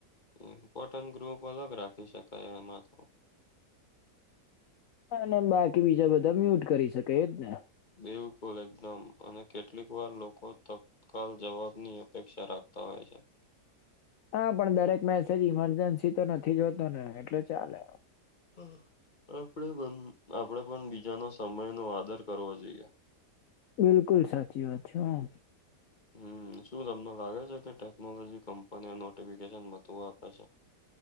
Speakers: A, on the left; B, on the left.
A: ઇમ્પોર્ટન્ટ ગ્રુપ અલગ રાખી શકાય એમાં તો
B: અને બાકી બીજા બધા મ્યુટ કરી શકે એજ ને
A: બિલકુલ એકદમ અને કેટલીક વાર લોકો તત્કાલ જવાબની અપેક્ષા રાખતા હોય છે.
B: હા પણ દરેક મેસેજ ઈમરજન્સી તો નથી જો હોતો ને એટલે ચાલે
A: હા આપણે પણ આપણેે પણ બીજાનો સમય નો આદર કરવો જોઈએ.
B: બિલકુલ સાચી વાત છે હા.
A: હમ શું તમને લાગે છે કે ટેકનોલોજી કંપનીઓ નોટિફિકેશન વધું આપે છે.